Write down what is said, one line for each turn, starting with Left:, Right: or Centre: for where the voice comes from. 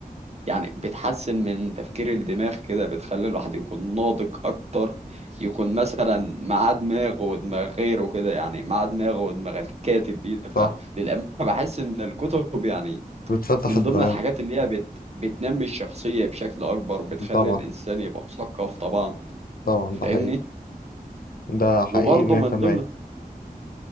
Right: يعني بتحسن من تفكير الدماغ كده بتخلي الواحد يكون ناضج أكتر يكون مثلا مع دماغ ودماغ غيره كده يعني مع دماغ ودماغ الكاتب دي فللأمانة
Left: صح
Right: بحس إن الكتب يعني
Left: بتفتح
Right: من
Left: الدماغ
Right: ضمن الحاجات اللي هي بت... بتنمي الشخصية بشكل أكبر بتخلي
Left: طبعا
Right: الإنسان يبقى مثقف طبعا
Left: طبعا
Right: فاهمني
Left: ده حقيقي ده حقيقي
Right: وبرضه
Left: 100%
Right: من ضمن